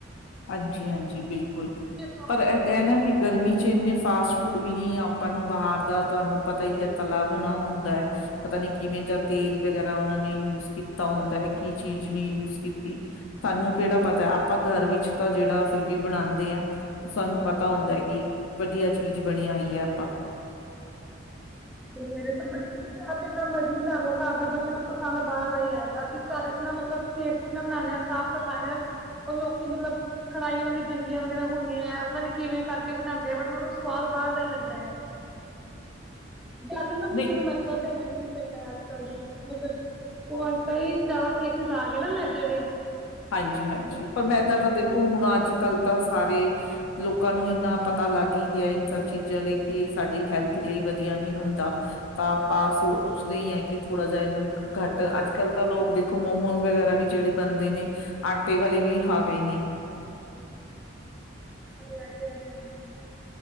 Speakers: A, on the left; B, in the centre.
A: ਹਾਂਜੀ-ਹਾਂਜੀ, ਬਿਲਕੁਲ
B: ਲਈ ਫਾਸਟ
A: ਪਰ ਇਹ
B: ਫੂਡ
A: ਕਹਿ
B: ਖਾਣੇ
A: ਨਾ ਕਿ
B: ਨਹੀਂ
A: ਗਰਮੀ
B: ਚਾਹੀਦੇ
A: ਚ' ਇੰਨੇ ਫਾਸਟ ਕੁਝ ਵੀ ਨ ਆਪਾਂ ਨੂੰ ਬਾਹਰ ਦਾ ਤੁਹਾਨੂੰ ਪਤਾ ਹੀ ਹੈ ਤਲਾ ਬਣਾ ਹੁੰਦਾ ਹੈ। ਪਤਾ ਨੀ ਕਿਵੇਂ ਜਾਂ ਤੇਲ ਵਗੈਰਾ, ਉਹਨਾਂ ਨੇ ਯੂਜ ਕੀਤਾ ਹੁੰਦਾ ਹੈ ਕੀ ਚੀਜ਼ ਨੀ ਯੂਜ ਕੀਤੀ। ਸਾਨੂੰ ਕਿਹੜਾ ਪਤਾ ਹੈ, ਆਪਾਂ ਘਰ ਵਿੱਚ ਤਾਂ ਜਿਹੜਾ ਫਿਰ ਵੀ ਬਣਾਦੇ ਆ ਤੇ ਸਾਨੂੰ ਪਤਾ। ਪਤਾ ਹੁੰਦਾ ਹੈ ਕਿ, ਆਪਾਂ ਵਧੀਆ ਚੀਜ਼ ਬਣਾਈ ਹੈ। <inaudible>
B: ਪਰ ਬੱਚੇ, ਆਪਾਂ ਘਰ ਦਾ ਭਾਵੇਂ ਜਿੰਨਾ ਮਰਜ਼ੀ ਬਣਾ ਲਈਏ, ਬੱਚੇ ਨੂੰ ਤਾਂ ਬਾਹਰ ਦਾ ਹੀ ਚੰਗਾ ਲੱਗਦਾ ਹੈ। ਘਰ ਦਾ ਇੰਨਾ ਲੈਂਦੇ ਆਂ, ਸਾਫ਼-ਸਫ਼ਾਈ ਨਾਲ। ਉਹ ਲੋਕ ਵੀ ਮਤਲਬ ਕੜਾਈਆਂ ਉਹਨਾਂ ਦੀਆਂ ਗੰਦੀਆਂ ਵਗੈਰਾ ਹੁੰਦੀਆਂ ਆ ਆਪ ਕਿਵੇਂ ਕਰਕੇ ਬਣਾਉਂਦੇ ਆ ਬ ਉਹ ਨੂੰ ਸਵਾਦ ਬਾਹਰ ਦਾ ਹੀ ਲੱਗਦਾ ਆ। ਜਾ ਕੇ ਨਾ
A: ਨਹੀਂ
B: ਬੱਚੇ ਨੂੰ ਮੈਦਾ ਦੇਣਾ ਵੀ ਨਹੀ ਚਾਹੀਦਾ। ਅੱਜ-ਕੱਲ ਦੇ ਮਤਲਬ ਉਹ ਕਈ ਜਾਦਾਕੇਸੇਸ ਆ ਗਏ ਨਾ ਮੈਦੇ ਦੇਇ
A: ਹਾਂਜ- ਹਾਂਜੀ, ਪਰ ਮੈਂਦਾ ਤਾਂ ਦੇਖੋ ਹੁਣ ਅੱਜ-ਕੱਲ੍ਹ ਤਾਂ ਸਾਰੇ। ਲੋਕਾਂ ਨੂੰ ਇੰਨਾ ਪਤਾ ਲੱਗ ਹੀ ਗਿਆ ਇਨ ਸਬ ਚੀਜ਼ਾਂ ਲਈ ਕਿ ਸਾਡੀ ਹੈਲਥ ਲਈ ਵਧੀਆ ਨਹੀਂ ਹੁੰਦਾ। ਤਾਂ ਤਾਂ ਸੂਰ। ਪੁਛਦੇ ਹੈ ਕਿ ਥੋੜਾ ਜਿਹਾ ਇਹਨੂੰ ਘੱਟ ਅੱਜ-ਕੱਲ ਤਾਂ ਲੋਕ ਦੇਖੋ ਮੋਮੋਜ ਵਗੈਰਾ ਵੀ ਜਿਹੜੇ ਬਣਦੇ ਨੇ। ਆਟੇ ਵਾਲੇ ਵੀ ਆ ਗਏ ਨੇ।
B: ਕਦੇ ਆਟੇ ਵਾਲੇ ਆਣਾ।